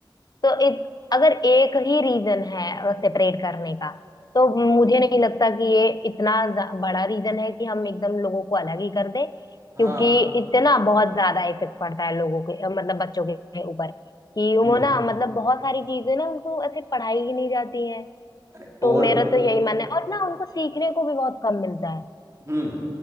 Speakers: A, on the left; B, on the right.
A: तो इत, अगर एक ही रीजन है सेपरेट करने का तो मुझे
B: नहीं,
A: नहीं लगता कि ये इतना ज- बड़ा रीजन है कि हम एकदम लोगों को अलग ही कर दे
B: हाँ
A: क्योंकि इतना बहुत ज्यादा इफेक्ट पड़ता है लोगों के अ, मतलब बच्चों के ऊपर कि वो
B: हम्म
A: ना मतलब बहुत सारी चीजें ना उनको ऐसे पढ़ाई ही नहीं जाती हैं
B: अरे
A: तो
B: और
A: मेरा
B: भी-
A: तो यही मानना है और ना उनको सीखने को भी बहुत कम मिलता है
B: हम्म